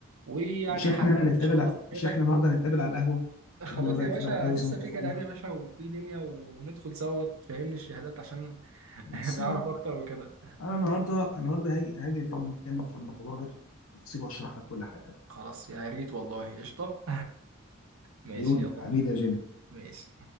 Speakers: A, on the right; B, on the left.
A: ويعني
B: مش احنا
A: هعتمد
B: هنتقابل
A: ان شاء الله
B: ع-
A: في فكرتك
B: مش احنا النهارده هنتقابل على القهوه مش
A: خلاص
B: احنا النهارده
A: يا
B: هنتقابل
A: باشا
B: على القهوه زي
A: لسه
B: ما اتفقنا
A: في كلام يا باشا وفي دنيا وندخل سوا تفهمني الشهادات عشان <laughs>
B: بس
A: نعرف
B: ما انا
A: اكتر وكده
B: انا النهارده النهارده هاجي هاجي ونتكلم في الموضوع ده بالتفصيل واشرح لك كل حاجه بقى
A: خلاص يا ريت والله قشطة ماشي
B: عيوني
A: يلا
B: حبيبي يا جيمي
A: ماشي